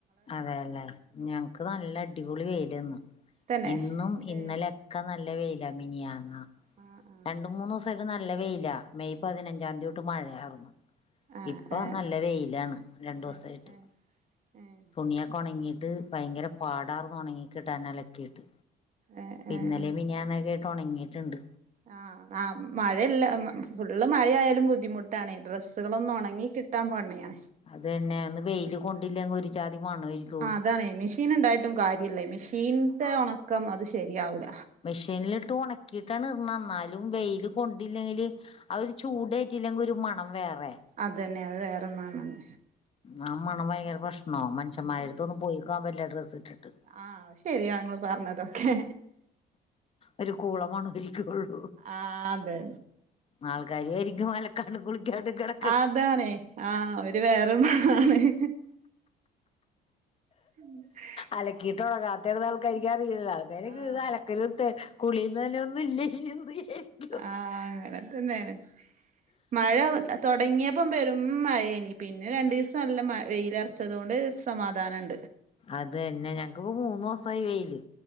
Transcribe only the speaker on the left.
അതേല്ലെ. ഞങ്ങക്ക് നല്ല അടിപൊളി വെയിലെന്നു.
ഇന്നും ഇന്നലെ
ക്കെ നല്ല വെയ്ല മിനിയാന്ന
രണ്ടു മുന്നൂസായിട്ട് നല്ല വെയില. മെയ് പതിനഞ്ചാംന്തി തൊട്ട് മഴയാര്ന്ന്.
ഇപ്പൊ
നല്ല വെയിലാണ് രണ്ടൂസായിട്ട്.
തുണിയൊക്കെ ഒണങ്ങീട്ട് പയങ്കര പാടാർന്നു ഒണങ്ങി യിട്ട് അലക്കിയിട്ട്
ഇന്നലെ
മിനിയാന്നൊക്കെ ആയ്ട്ട് ഒണങ്ങീട്ട്ണ്ട്.
അതെന്നെ ഒന്ന് വെയില് കൊണ്ടില്ലെങ്കിൽ ഒരു ചാതി മണ്വആയിരിക്
മിഷീൻലിട്ട് ഒണക്കിട്ടാണ്റ്ന്നന്നാല് ലും വെയ്ൽ കൊണ്ടില്ലെങ്കില് ആ ഒരു ചൂടേറ്റില്ലെങ്കി ഒരു മണം വേറെ.
ആ മണം ഭയങ്കര പ്രശ്നോ. മനുഷന്മാരെടുത്തൊന്നും
പോയിക്കാൻ പറ്റില്ല ഡ്രസ്സ് ഇട്ടിട്ട്.
ഒരു കൂളമണ ഇരിക്കൊള്ളു.
ആൾക്കാര് വിചാരിക്കും അലക്കാണ്ട് കുളികാണ്ട് കടക്
അലക്കീട്ടു ഒങ്ങാത്ത ഇടന്ന് ആൾക്കാരിക്കാ അറിയില്ല ആൾക്കാരൊക്കെ
ഇതല <unintelligible> ക് ര്ത്തെ കുളി നനെ ഒന്നും ഇല്ല എന്ന് <unintelligible>
അതെന്നെ. ഞങ്ങക്ക്പ്പൊ മൂന്നോ സമായി വെയില്.